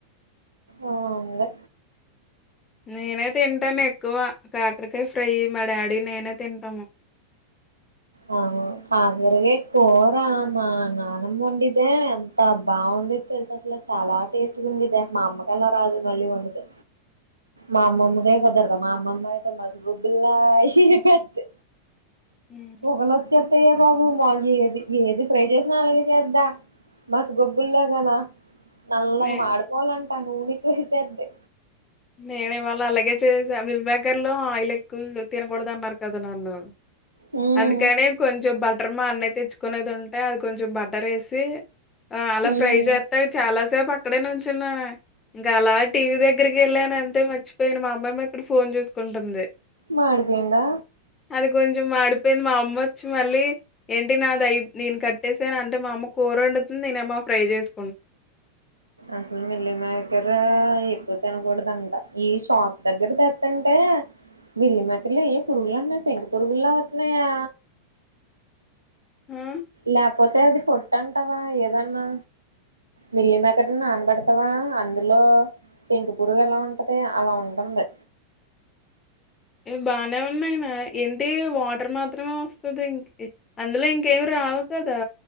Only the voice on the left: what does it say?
నేనే తింటానేక్కువ కాకరకాయ్ ఫ్రై మా డ్యాడి నేనే తింటాము.
హ్మ్.
నే
నేనివాళ అలాగే చేసా మిల్ మేకర్లో ఆయిల్ ఎక్కువ తినకూడదన్నారు కదా నన్ను
అందుకని కొంచెం బటర్ మా అన్నయ్య తెచ్చుకునేది ఉంటే అది కొంచం బటరేసి ఆ అలా
ఫ్రై చేత్తే చాలా సేపు అక్కడే నుంచున్నాను. ఇంకా అలా టీవీ దగ్గరికి వెళ్ళానంతే మర్చిపోయిన మా అమ్మమ్మ ఇక్కడ ఫోన్ చూస్కుంటుంది.
అది కొంచెం మాడిప్ పోయింది మా అమ్మ వచ్చి మళ్ళీ ఏంటి నాదై నేను కట్టేసాను అంటే మా అమ్మ కూరొండుతుంది నేనేమో ఫ్రై చేసు
హా
బానే ఉన్నాయనా ఏంటి వాటర్ మాత్రమే వస్తుదింకి అందులో ఇంకేమి రా అవుతదా